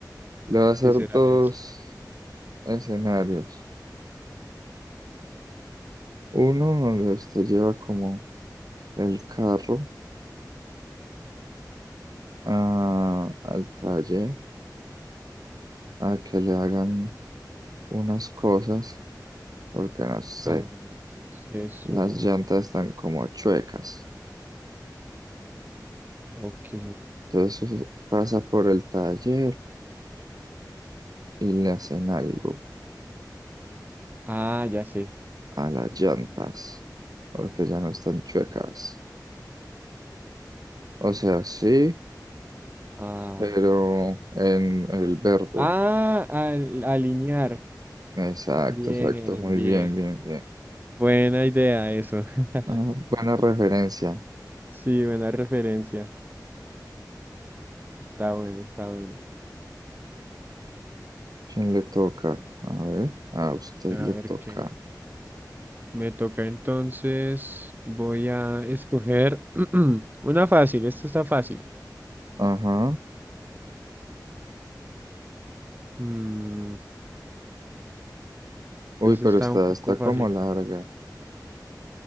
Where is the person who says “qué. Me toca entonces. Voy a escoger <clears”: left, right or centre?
Right